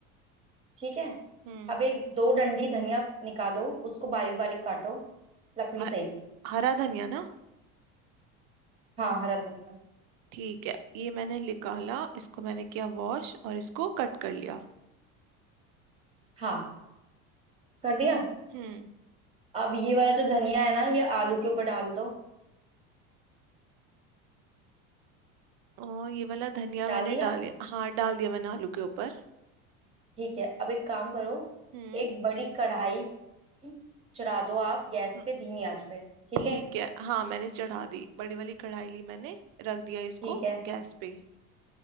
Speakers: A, on the right (about 15°); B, on the right (about 60°).
A: ठीक है
B: हम्म
A: अब एक दो डंडी धनिया निकालो उसको
B: हम्म,
A: बारीक बारीक काटो लकड़ी
B: ह-
A: सहित
B: हरा धनिया ना
A: हाँ हरा धनिया
B: ठीक है ये मैंने निकाला इसको मैंने किया वॉश और इसको कट कर लिया
A: हाँ कर दिया
B: हम्म
A: अब ये वाला जो धनिया है ना ये आलू के ऊपर डाल दो
B: ओ ये वाला धनिया
A: डाल
B: मैंने
A: दिया
B: डाल हाँ डाल दिया मैंने आलू के ऊपर
A: ठीक है अब एक काम करो
B: हम्म
A: एक बड़ी कढ़ाई चढ़ा दो आप गैस
B: हम्म
A: पे धीमी आंच पे ठीक
B: ठीक
A: है
B: है हाँ मैंने चढ़ा दी बड़ी वाली कढ़ाई ली मैंने रख दिया इसको
A: ठीक है
B: गैस पे